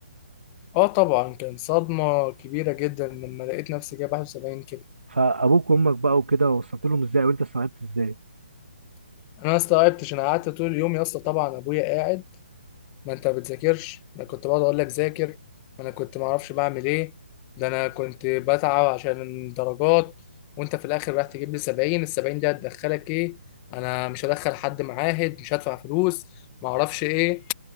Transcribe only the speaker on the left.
اه طبعا كان صدمه كبيره جدا لما لقيت نفسي جايب 71 كده
انا ما استوعبتش انا قعدت طول اليوم يا اسطى طبعا ابويا قاعد ما انت بتذاكرش انا كنت بقعد اقول لك ذاكر ما انا كنت ما اعرفش بعمل ايه ده انا كنت بتعب عشان درجات وانت في الاخر رايح تجيب لي 70 ال 70 دي هتدخلك ايه انا مش هدخل حد معاهد مش هدفع فلوس ما اعرفش ايه